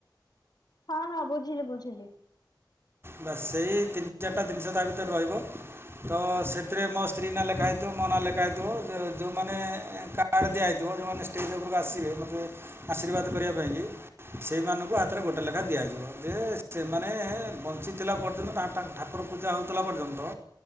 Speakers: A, on the left; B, on the right.
A: ହଁ ହଁ ବୁଝିଲି ବୁଝିଲି।
B: ବାସ୍ ସେଇ ତିନି ଚାରିଟା ଜିନିଷ ତା ଭିତରେ ରହିବ। ତ ସେଥିରେ ମୋ ସ୍ତ୍ରୀ ନା ଲେଖା ହେଇଥିବ ମୋ ନା ଲେଖା ହେଇଥିବ ଯୋଉମାନେ କାଡ୍ ଦିଆହେଇଥିବ ଯେଉଁମାନେ ଷ୍ଟେଜ୍ ଉପରକୁ ଆସିବେ ମୋତେ ଆଶୀର୍ବାଦ କରିବା ପାଇଁକି ସେଇମାନଙ୍କୁ ହାତରେ ଗୋଟେ ଲେଖାଁ ଦିଆଯିବ ଯେ ସେମାନେ ବଞ୍ଚିଥିଲା ପର୍ଯ୍ୟନ୍ତ ତା ତାଙ୍କ ଠାକୁର ପୂଜା ହଉଥିଲା ପର୍ଯ୍ୟନ୍ତ